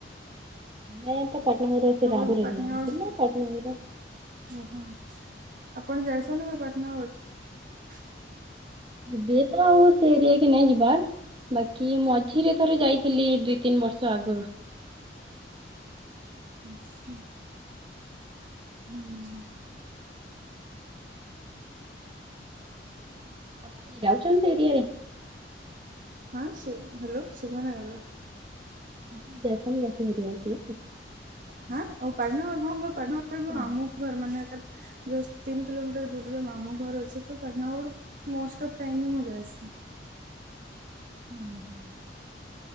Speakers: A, on the right (about 30°); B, on the right (about 50°).
A: ମେ ତ ପଟନାଗରୁ ସେ
B: ଆଉ
A: ରାମ
B: ଏବେ
A: ପୁର
B: ପାଟନାଗଡ଼
A: ଏରିଆ ରେଥିଲୁ ପଟନାଗରୁ।
B: ଓହୋ ଆପଣ ଯାଇଛନ୍ତି କେବେ ପାଟଣା ଗଡ।
A: ଏବେ ତ ଆଉ ସେ ଏରିଆ କି ନାଇଁ ଯିବାର୍ ବାକି ମଝିରେ ଥରେ ଯାଇଥିଲି ଦୁଇ ତିନି ବର୍ଷ ଆଗରୁ।
B: ଆଚ୍ଛା ହୁଁ।
A: ଆପଣ କି ଯାଉଛନ୍ତି ଏରିଆରେ?
B: ହାଁ ହ୍ୟାଲୋ ଶୁଭା ନାଇ ଗଲା।
A: ଆପଣ ଯାଇଛନ୍ ଯାସେ ଏରିଆ କି।
B: ହାଁ ଓ ପାଟନା ଗଡ ହଁ ମୋର ପାଟନା ଗଡ ରେ ମୋ
A: ହଁ
B: ମାମୁ ଘର ମାନେ ତାର ଯୁଷ୍ଟ ତିନି କିଲୋମିଟର ଦୂରରେ ମାମୁ ଘର ଅଛି ତ Patnagarh most of time ମୁଁ ଯାଇସିି।
A: ହୁଁ ହୁଁ।